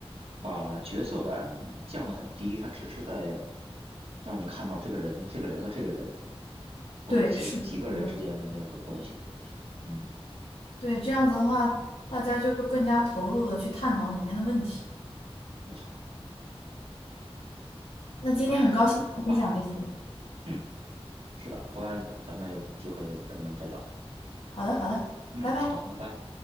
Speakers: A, on the right; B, on the left.
A: 把角色感降得很低，他只是在让你看到这个人、这个人和这个人或者几几个人之间的那个关系的问题。
B: 对，是的，是的。
A: 嗯，
B: 对，这样子的话，大家就更加投入的去探讨里面的问题。
A: 没错。
B: 那今天很高兴跟你分享这些。
A: 唉，好吧。嗯。是的，回来哦咱们有机会咱们再聊。
B: 好的，好的，
A: 嗯，
B: 拜拜。
A: 好，拜拜。